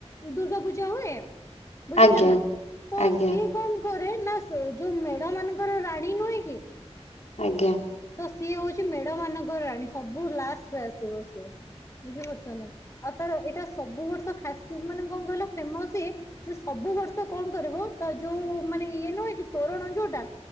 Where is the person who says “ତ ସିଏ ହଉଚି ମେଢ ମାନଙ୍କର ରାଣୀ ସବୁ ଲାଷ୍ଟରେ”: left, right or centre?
Left